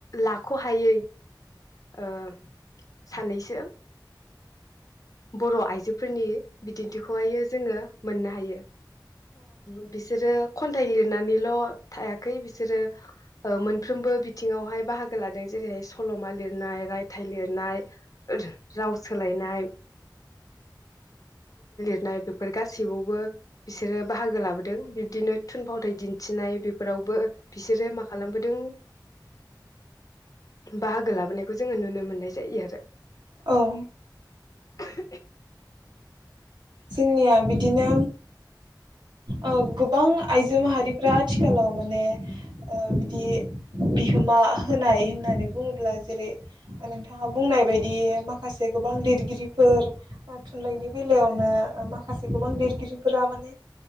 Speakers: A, on the left (about 50°); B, on the right (about 70°).
A: लाखहायै ओ सानैसो बर'आयजोफोरनि बिदिन्थिखौहाय जोङो मोननो हायो। बिसोरो खन्थाइ लिरनानैल' थायाखै बिसोरो ओ मोनफ्रोमबो बिथिङावहाय बाहागो लादों जेरैहाय सल'मा लिरनाय, रायथाइ लिरनाय, ओदो राव सोलायनाय, नाय बेफोर गाससिबावबो बिसोरो बाहागो लाबोदों बि दिनो थुनफावथाइ दिन्थिनाय बेफोरावबो बिसोरो मा खालामबोदों बाहागो लाबोनायखौ जोङो नुनो मोननाय जायो आरो।
B: औ
A: <inaudible>
B: जोंनिया बिदिनो औ गोबां आ आइजो माहारिफ्रा आथिखालाव माने ओ बिदि बिहोमा होनाय होननानै बुङोब्ला जेरै नोंथाङा बुंनाय बायदि माखासे गोबां लिरगिरिफोर बा थुनलाइनि बेलायावनो ओ माखासे गोबां लिरगिरिफोरा माने